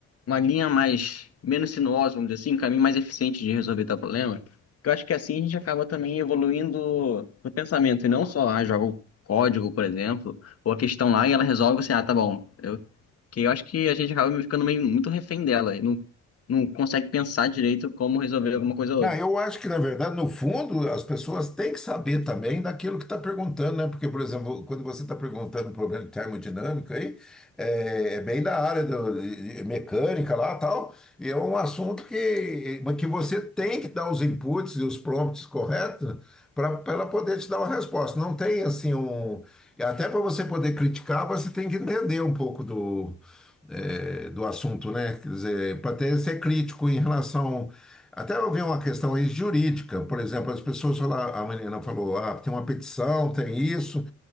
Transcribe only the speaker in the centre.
Não,
eu acho que, na verdade, no fundo, as pessoas têm que saber também daquilo que está perguntando, né? Porque, por exemplo, quando você está perguntando um problema de termodinâmica aí, é, é bem da área do- de- de mecânica lá tal, e é um assunto que, mas que você tem que dar os inputs e os prompts corretos para ela poder te dar uma resposta. Não tem assim um. Até para você poder criticar, você tem que entender um pouco do é, do assunto, né? Quer dizer, para ter ser crítico em relação. Até eu vi uma questão aí jurídica, por exemplo, as pessoas falaram, a menina falou, ah, tem uma petição, tem isso.